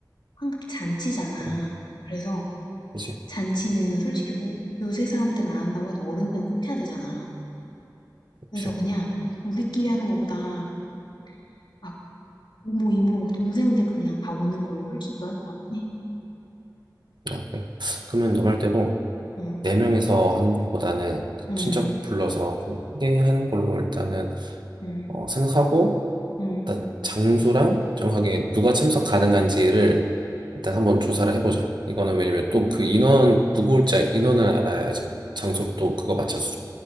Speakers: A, on the left; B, on the right.
A: 환갑 잔치잖아.
B: 같아요.
A: 그래서
B: 그치?
A: 잔치는 솔직히 뭐, 요새 사람들은 안 한다고 해도 어른들은 꼭 해야 되잖아. 그래서
B: 그치?
A: 그냥 우리끼리 하는 것보다 막 고모, 이모, 막 동생들 그냥 다 오는 걸 훨씬 좋아할 것 같긴 해.
B: 아, 그래. 그러면 너 말대로
A: 어, 응,
B: 네 명이서 하는 것보다는 그
A: 응,
B: 친척 불러서 좀 크게 하는 걸로 일단은
A: 응.
B: 어, 생각하고
A: 응.
B: 일단 장소랑 정확하게 누가 참석 가능한지를 일단 한번 조사를 해보자. 이거는 왜냐면 또 그 인원 누구 올지 인원을 알아야지 장소를 또 그거 맞춰서